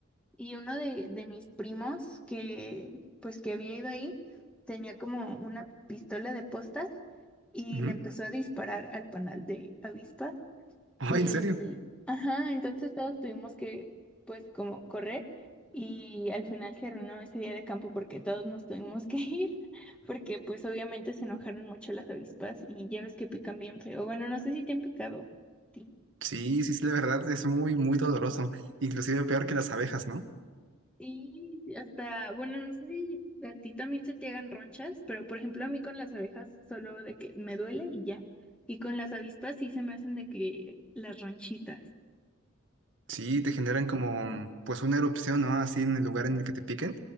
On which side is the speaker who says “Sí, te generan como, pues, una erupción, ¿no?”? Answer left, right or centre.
Right